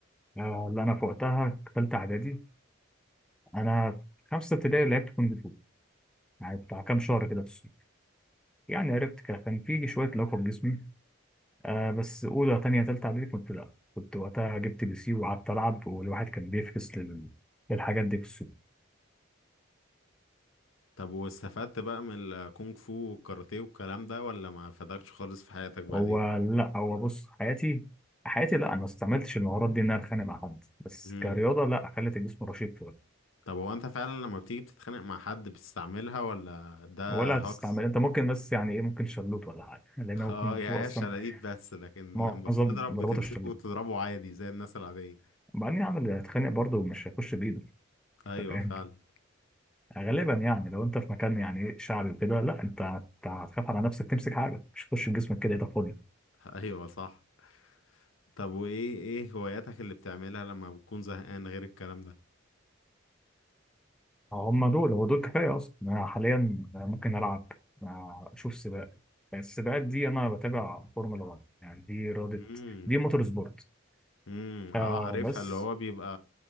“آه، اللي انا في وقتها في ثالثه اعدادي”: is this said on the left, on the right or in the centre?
Centre